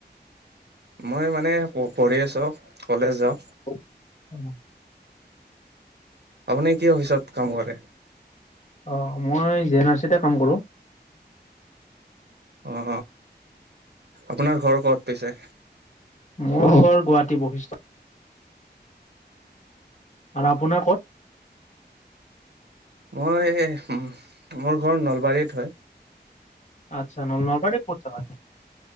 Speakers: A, on the right; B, on the left.
A: মই মানে প-পঢ়ি আছো কলেজ যাও
B: <inaudible>
A: আপুনি কি অফিচত কাম কৰে
B: অ মই জি এন আৰ চিতে কাম কৰোঁ
A: অ আপোনাৰ ঘৰ কত পিছে
B: মোৰ ঘৰ গুৱাহাটী বৈশিষ্ট আৰু আপোনাৰ ক'ত
A: মই এ উম মোৰ ঘৰ নলবাৰীত হয়
B: আচ্ছা নল নলবাৰীৰ কত থাকা